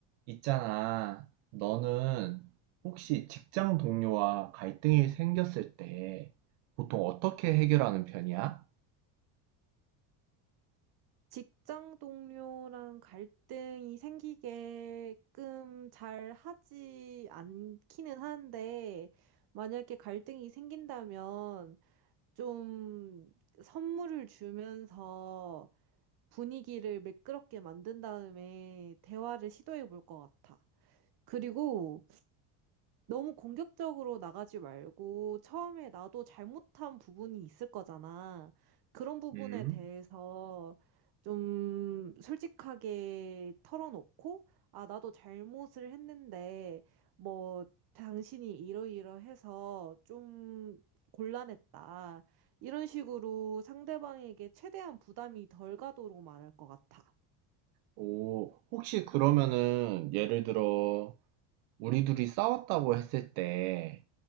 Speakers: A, on the right; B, on the right.
A: 있잖아. 너는 혹시 직장 동료와 갈등이 생겼을 때 보통 어떻게 해결하는 편이야?
B: 직장 동료랑 갈등이 생기게끔 잘 하지 않기는 한데, 만약에 갈등이 생긴다면 좀 선물을 주면서 분위기를 매끄럽게 만든 다음에 대화를 시도해 볼 것 같아. 그리고 너무 공격적으로 나가지 말고 처음에 나도 잘못한 부분이 있을 거잖아. 그런 부분에
A: 음?
B: 대해서 좀 솔직하게 털어놓고, 아, 나도 잘못을 했는데, 뭐, 당신이 이러이러해서 좀 곤란했다. 이런 식으로 상대방에게 최대한 부담이 덜 가도록 말할 것 같아.
A: 오, 혹시 그러면은 예를 들어 우리 둘이 싸웠다고 했을 때